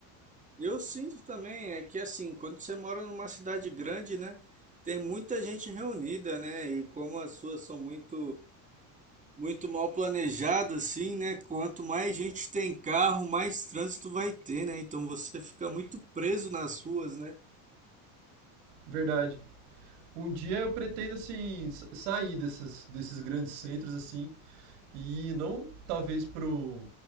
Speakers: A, on the right (about 15°); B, on the right (about 80°).
A: Eu sinto também, é que assim, quando você mora numa cidade grande, né, tem muita gente reunida, né, e como as suas são muito muito mal planejado assim, né? Quanto mais gente tem carro, mais trânsito vai ter, né? Então você fica muito preso nas ruas, né?
B: Verdade. Um dia eu pretendo, assim, sa- sair dessas, desses grandes centros, assim, e não talvez pro,